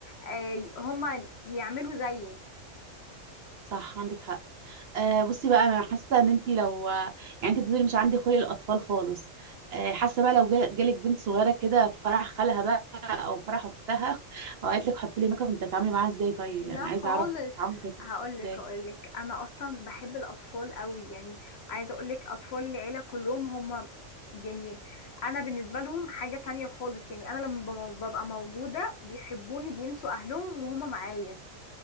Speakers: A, on the left; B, on the right.
A: آه، هما يعملوا زيك
B: صح عندك حق آه بصي بقى انا حاسه ان انت لو يعني انت بتقولي مش عندي خلق الاطفال خالص آه حاسه بقى لو جال- جالك بنت صغيره كده في فرح خالها بقى او فرح اختها او قالت لك حطي لي ميك اب انت هتتعاملي معاها ازاي طيب
A: لا
B: يعني عايزه
A: خالص
B: اعرف تعاملك هيكون
A: هقولك
B: ازاي
A: هقولك انا اصلا بحب الاطفال قوي يعني عايزه اقولك اطفال العيله كلهم هم يعني انا بالنسبه لهم حاجه تانية خالص يعني انا لما بم- ببقى موجوده بيحبوني بينسوا اهلهم وهم معايا